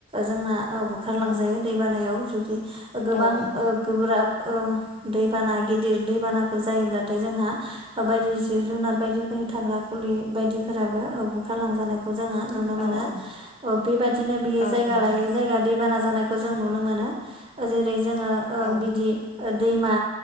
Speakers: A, on the right; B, on the left.
A: जोंना बुखारलांजायो
B: औ
A: दैबानायाव जुदि गोबां
B: औ नंगौ
A: गोब्राब दैबाना गिदिर दैबानाफोर जायोब्लाथाय जोंहा बायदि जिब जुनार बायदिफोरनि थाग्रा खुलि बायदिफोराबो बुखारलांजानायखौ जोङो नुनो मोनो
B: औ
A: अ
B: औ
A: बेबायदिनो बियो
B: औ
A: जायगा
B: नंगौ
A: लायै
B: नोंथां
A: जायगा दैबाना जानायखौ जों नुनो मोनो जेरै जोङो
B: औ
A: बिदि दैमा